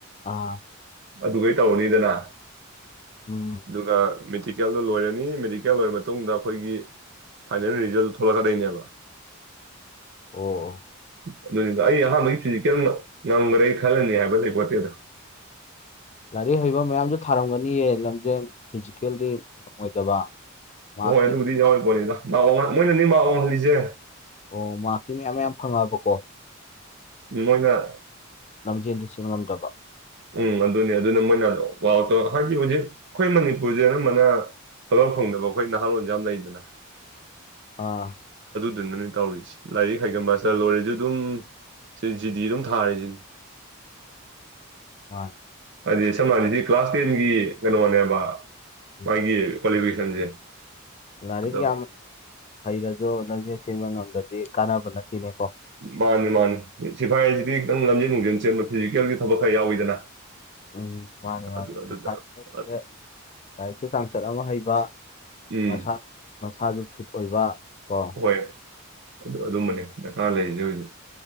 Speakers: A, on the left (about 35°); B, on the right (about 55°).
A: ꯑꯥ
B: ꯑꯗꯨꯈꯩ ꯇꯧꯔꯅꯤꯗꯅ
A: ꯎꯝ
B: ꯑꯗꯨꯒ ꯃꯦꯗꯤꯀꯦꯜꯗꯣ ꯂꯣꯏꯔꯅꯤ ꯃꯦꯗꯤꯀꯦꯜ ꯂꯣꯏꯔꯕ ꯃꯇꯨꯡꯗ ꯑꯩꯈꯣꯏꯒꯤ ꯐꯥꯏꯅꯦꯜ ꯔꯤꯖꯜꯇ ꯊꯣꯛꯂꯀꯗꯣꯢꯅꯦ ꯑꯕ
A: ꯑꯣ
B: ꯑꯗꯨꯅꯤꯗ ꯑꯩ ꯑꯍꯥꯟꯕꯒꯤ ꯐꯤꯖꯤꯀꯦꯜ ꯉꯝꯈ꯭ꯔꯦ ꯑꯩ ꯈꯜꯂꯅꯤ ꯍꯥꯏꯕ ꯂꯩ ꯄꯣꯠꯇꯦꯗ
A: ꯂꯥꯏꯔꯤꯛ ꯍꯩꯕ ꯃꯌꯥꯝꯁꯨ ꯊꯥꯔꯝꯒꯅꯤꯌꯦ ꯂꯝꯖꯦꯜ ꯐꯤꯖꯤꯀꯦꯜꯗꯤ ꯉꯝꯃꯣꯏꯗꯕ ꯃꯥꯔꯛꯇꯤ
B: ꯍꯣꯏ ꯑꯗꯨꯕꯨꯗꯤ ꯌꯥꯎꯔꯤ ꯄꯣꯠꯅꯤꯗ ꯃꯥ ꯋꯥꯡ ꯃꯣꯏꯅ ꯅꯅꯤ ꯃꯥ ꯋꯥꯡꯍꯜꯂꯤꯁꯦ
A: ꯑꯣ ꯃꯥꯔꯀꯤ ꯃꯌꯥꯝ ꯃꯌꯥꯝ ꯐꯪꯉꯕꯀꯣ
B: ꯎꯝ ꯃꯣꯏꯅ
A: ꯂꯝꯖꯦꯟꯗꯤ ꯆꯦꯟ ꯉꯝꯗꯕ
B: ꯎꯝ ꯑꯗꯨꯅꯦ ꯑꯗꯨꯅ ꯃꯣꯏꯅ ꯄꯥꯎꯗꯣ ꯍꯥꯏꯗꯤ ꯍꯧꯖꯤꯛ ꯑꯩꯈꯣꯏ ꯃꯅꯤꯄꯨꯔꯁꯦ ꯑꯅꯝꯕꯅ ꯊꯕꯛ ꯐꯪꯗꯕ ꯑꯩꯈꯣꯏ ꯅꯍꯥꯔꯣꯟꯁꯦ ꯌꯥꯝ ꯂꯩꯗꯅ
A: ꯑꯥ
B: ꯑꯗꯨꯅꯅꯦ ꯇꯧꯔꯤꯁꯦ ꯂꯥꯏꯔꯤꯛ ꯍꯩꯒ ꯃꯥꯁꯇ ꯂꯣꯏꯔꯦꯁꯨ ꯑꯗꯨꯝ ꯁꯤ ꯖꯤꯗꯤ ꯑꯗꯨꯝ ꯊꯥꯔꯁꯤꯅꯤ
A: ꯃꯥꯅꯤ
B: ꯍꯥꯏꯗꯤ ꯁꯝꯅ ꯍꯥꯏꯁꯤ ꯀ꯭ꯂꯥꯁ ꯇꯦꯟꯒꯤ ꯀꯩꯅꯣꯅꯦꯕ
A: ꯎꯝ
B: ꯃꯥꯒꯤ ꯀ꯭ꯋꯥꯂꯤꯐꯤꯀꯦꯁꯟꯁꯦ
A: ꯂꯥꯏꯔꯤꯛ
B: ꯑꯗꯣ
A: ꯌꯥꯝ ꯍꯩꯔꯁꯨ ꯂꯝꯖꯦꯜ ꯆꯦꯟꯕ ꯉꯝꯗꯗꯤ ꯀꯥꯟꯅꯕ ꯅꯠꯇꯦꯅꯦꯀꯣ
B: ꯃꯥꯅꯤ ꯃꯥꯅꯤ ꯁꯤꯐꯥꯏꯁꯤꯗꯤ ꯈꯤꯇꯪ ꯂꯝꯖꯦꯟ ꯅꯨꯡꯖꯦꯟ ꯆꯦꯟꯕ ꯐꯤꯖꯤꯀꯦꯜꯒꯤ ꯊꯕꯛ ꯈꯔ ꯌꯥꯎꯋꯤꯗꯅ
A: ꯎꯝ ꯃꯥꯅꯤ ꯃꯥꯅꯤ
B: ꯑꯗꯨ ꯑꯗꯨꯗ
A: ꯁꯤꯐꯥꯏꯅ
B: ꯑ-
A: ꯇꯦ ꯂꯥꯏꯔꯤꯛꯁꯨ ꯆꯥꯡꯆꯠ ꯑꯃ ꯍꯩꯕ
B: ꯎꯝ
A: ꯃꯁꯥ ꯃꯁꯥꯁꯨ ꯐꯤꯠ ꯑꯣꯏꯕ ꯀꯣ
B: ꯍꯣꯏ ꯑꯗꯨ ꯑꯗꯨꯝꯕꯅꯤ ꯗꯔꯀꯥꯔ ꯂꯩꯔꯤꯁꯦ ꯍꯧꯖꯤꯛ